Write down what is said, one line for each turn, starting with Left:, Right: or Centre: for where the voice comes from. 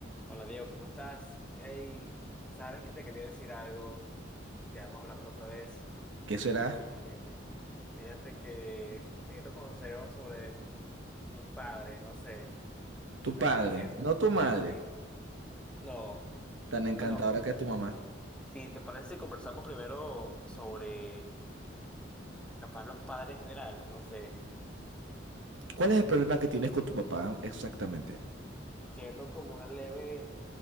Centre: Hola Diego, ¿cómo estás? Hey, sabes que te quería decir algo, quedamos hablando la otra vez.
Right: que será
Centre: Es que fíjate que necesito consejos sobre mi padre, no sé.
Right: tu padre,
Centre: Sabes que siento.
Right: no tu madre,
Centre: Sí, sí. No.
Right: tan encantadora
Centre: Bueno,
Right: que es tu mamá.
Centre: si te parece, si conversamos primero sobre capaz los padres en general, no sé.
Right: ¿Cuál es el problema que tienes con tu papá exactamente?
Centre: Siento como una leve